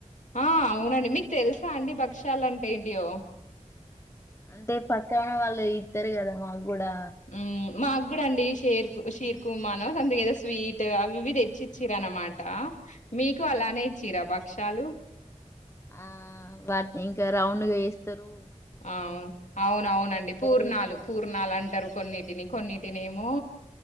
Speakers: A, on the left; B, on the left.
A: ఆ అవునండి మీకు తెలుసా అండి భక్ష్యాల అంటే ఏంటియో
B: అంటే పక్కాన్న వాళ్ళు ఇతరు కదా మాకు కూడా
A: హ్మ్, మాకు కూడా అండి షేర్కు షీర్ కుమాను సంతింగ్ ఏదో స్వీట్ అవి ఇవి తెచ్చిచ్చిరా అనమాట మీకు
B: ఆ
A: అలానే ఇచ్చిరా భక్షాలు
B: ఆ వాటి ఇంకా రౌండ్ గా ఎస్ తరు
A: అవును అవునవునండి పూర్ణాలు
B: చేస్తారు
A: పూర్ణాలు అంటరు కొన్నిటిని కొన్నిటినేమో